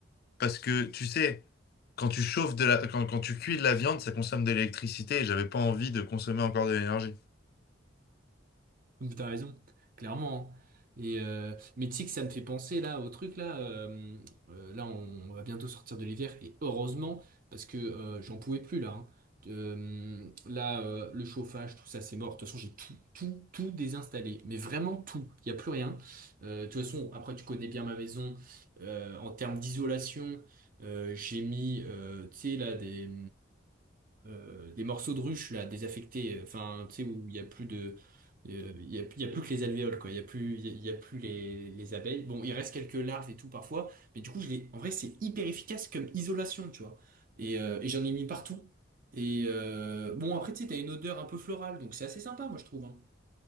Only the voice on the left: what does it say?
parce que, tu sais, quand tu chauffes de la, quand, quand tu cuis de la viande, ça consomme de l'électricité et j'avais pas envie de consommer encore de l'énergie.